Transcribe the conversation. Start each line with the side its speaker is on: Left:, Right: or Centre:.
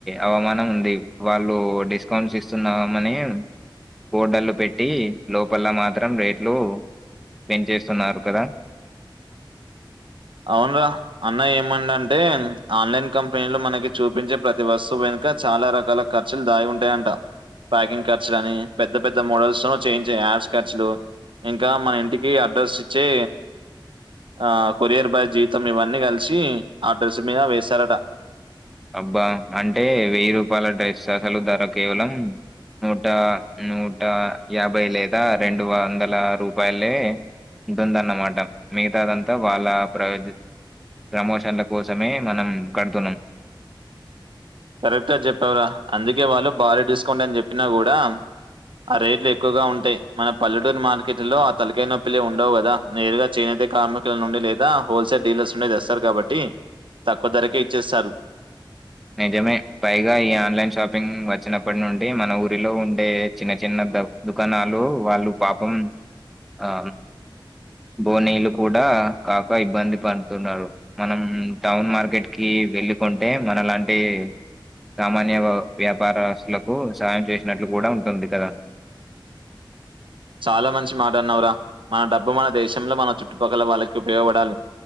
Centre: అవమానం ఉంది వాళ్ళు డిస్కౌంట్స్ ఇస్తున్నామని కోడళ్లు పెట్టి లోపల మాత్రం రేట్లు పెంచేస్తున్నారు కదా
Right: అవున్రా అన్నయ్య ఏమన్ అంటే ఆన్లైన్ కంపెనీ లో మనకి చూపించే ప్రతి వస్తువు వెనుక చాలా రకాల ఖర్చులు దాగి ఉంటాయంట ప్యాకింగ్ ఖర్చులు అని పెద్ద పెద్ద మోడల్స్ తో చేంచే యాడ్స్ ఖర్చులు ఇంకా మన ఇంటికి అడ్రస్ ఇచ్చి ఆ కొరియర్ బాయ్ జీతం ఇవన్నీ కలిసి ఆ అడ్రస్ మీద వేేశారట
Centre: అబ్బా అంటే వెయ్యి రూపాయల డ్రెస్ అసలు ధర కేవలం నూట నూట యాభై లేదా రెండు వందల రూపాయలే ఉంటుందన్నమాట మిగతాదంతా వాళ్ళ ప్రయోజ ప్రమోషన్ల కోసమే మనం కడుతున్నాం
Right: కరెక్ట్గా చెప్పవరా అందుకే వాళ్ళు బారి డిస్కౌంట్ అని చెప్పినా కూడా ఆ రేట్లు ఎక్కువగా ఉంటాయి మన పల్లెటూరు మార్కెట్ లో ఆ తలకాయి నొప్పిలే ఉండవు కదా నేరుగా చేనైతే కార్మికుల నుండి లేదా హోల్సేల్ డీలర్స్ నుండే తెస్తారు కాబట్టి తక్కువ ధరకే ఇచ్చేస్తారు
Centre: నిజమే పైగా ఈ ఆన్లైన్ షాపింగ్ వచ్చినప్పటి నుండి మన ఊరిలో ఉండే చిన్న చిన్న దవ్ దుకాణాలు వాళ్ళు పాపం ఆ బోనీలు కూడా కాక ఇబ్బంది పడుతున్నారు మనం టౌన్ మార్కెట్ కి వెళ్ళకుంటే మన లాంటి సామాన్య వ్యాపారస్తులకు సహాయం చేసినట్లు కూడా ఉంటుంది కదా
Right: చాలా మంచి మాట అన్నవరా మన డబ్బు మన దేశంలో మన చుట్టుపక్కల వాళ్ళకి ఉపయోగపడాలి